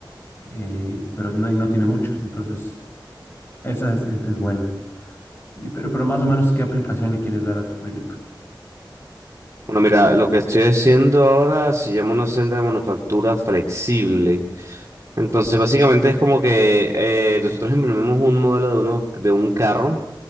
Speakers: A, on the left (about 30°); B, on the right (about 35°).
A: eh, pero no, y no tiene mucho, entonces esa es, es, es buena. Y Pero, pero más o menos, ¿qué aplicación le quieres dar a tu proyecto?
B: Bueno, mira, lo que estoy haciendo ahora se llama una celda de manufactura flexible. Entonces, básicamente es como que eh, nosotros imprimimos un modelo de, uno, de un carro.